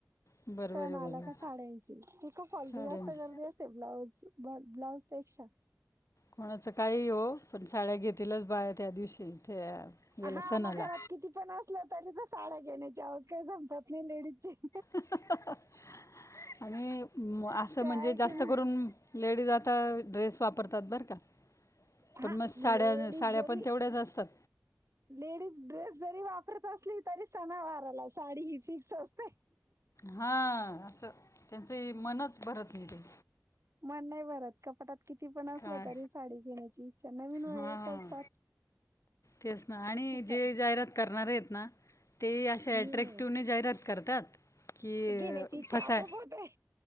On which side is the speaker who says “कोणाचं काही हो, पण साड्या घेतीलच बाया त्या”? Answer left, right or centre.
Left